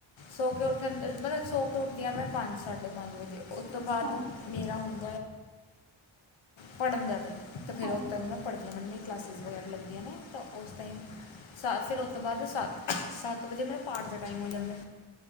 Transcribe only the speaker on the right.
ਸੌ
ਹਾਂਜੀ
ਹਾਂਜੀ